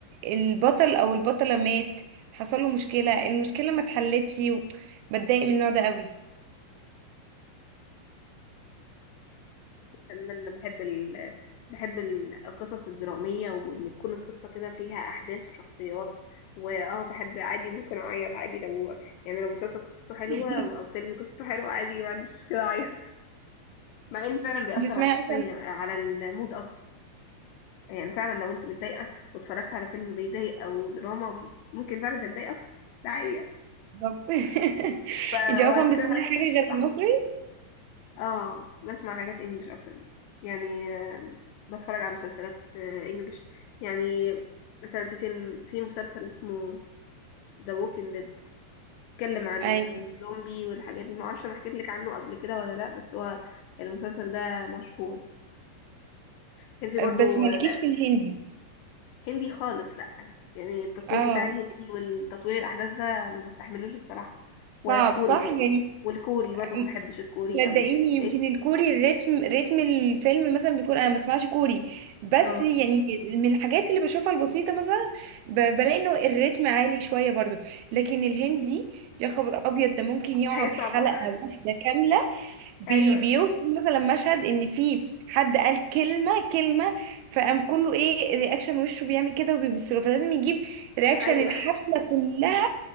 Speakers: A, on the right; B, on the left.
A: البطل او البطلة مات حصل له مشكلة المشكلة ما اتحلتش و- بتضايق من النوع ده قوي
B: تماما انا بحب ال... بحب ال- القصص الدرامية وان تكون القصة كده فيها احداث وشخصيات واه بحب عادي ممكن اعيط عادي لو يعني لو مسلسل قصته حلوة
A: <laughs>
B: او أو فيلم قصته حلوة عادي ما عنديش مشكلة اعيط مع ان فعلا بيأثر
A: انت تسمعي
B: على الشخصية
A: اصلا
B: على المود قصدي يعني فعلا لو انت متضايقة واتفرجت على فيلم بيضايق او دراما ممكن فعلا تتضايق اكتر ده حقيقة
A: بالظبط <laughs>
B: ف...
A: انت اصلا
B: وعلى فكرة
A: بتسمعي
B: حاجة
A: حاجه
B: مش
A: غير
B: صح
A: المصري
B: اه بسمع حاجات انجلش اكتر يعني آه، بتفرج على مسلسلات آه، انجلش يعني مثلا في فيلم في مسلسل اسمه The Walking Dead بيتكلم عن
A: ايوه
B: الزومبي والحاجات دي معرفش انا حكيت لك عنه قبل كده ولا لا بس هو المسلسل ده مشهور كان في برضو
A: بس مالكيش
B: لا
A: في الهندي
B: هندي خالص لا يعني التطوير
A: اه
B: بتاع الهندي والتطوير الاحداث ده ما بستحملوش الصراحة ولا
A: صعب
B: الكوري
A: صح
B: برضو
A: يعني
B: والكوري برضو
A: م-
B: ما بحبش الكوري
A: صدقيني
B: قوي
A: يمكن
B: إيه؟
A: الكوري الريتم ريتم الفيلم مثلا بيكون انا ما بسمعش كوري بس
B: اه
A: يعني من الحاجات اللي بشوفها البسيطه مثلا ب- بلاقي انه الريتم عالي شويه برضو لكن الهندي يا خبر ابيض ده ممكن يقعد
B: حاجة صعبة
A: حلقه واحده كامله
B: <laughs>
A: بي
B: ايوه
A: بيوصف مثلا مشهد ان في حد قال كلمه كلمه فقام كله ايه رياكشن وشه بيعمل كده وبيبص له فلازم يجيب رياكشن
B: ايوه
A: الحفله كلها